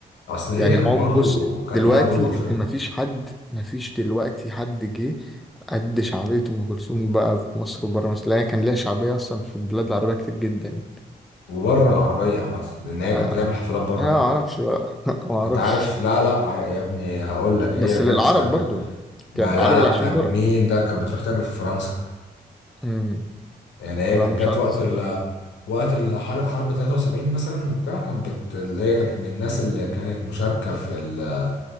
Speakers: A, on the left; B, in the centre.
A: أصل هي
B: يعني
A: كان
B: عم
A: برضو
B: بص
A: كان
B: دلوقتي
A: ليها دور فاهم
B: انت ما فيش حد ما فيش دلوقتي حد جه قد شعبية ام كلثوم بقى في مصر وبره مصر لا هي كان ليها شعبية اصلا في البلاد العربية كتير جدا
A: وبره العربية عامة لأن هي
B: آه.
A: كانت بتعمل حفلات بره
B: انا ما اعرفش بقى <laughs> ما اعرفش
A: انت عارف لا لا عار- يا ابني هقول لك
B: بس
A: هي
B: للعرب
A: جت كان
B: برضو
A: ما
B: كان العرب
A: لا لا
B: اللي عايشين
A: كان
B: بره
A: مين ده كانت بتروح تعمل في فرنسا
B: امم
A: يعني هي
B: لا
A: كانت
B: مش
A: جت
B: عارف
A: وقت
B: الصراحة
A: ال وقت الحرب حرب 73 مثلا وبتاع كانت بت... اللي هي كانت من الناس اللي كانت مشاركه في ال...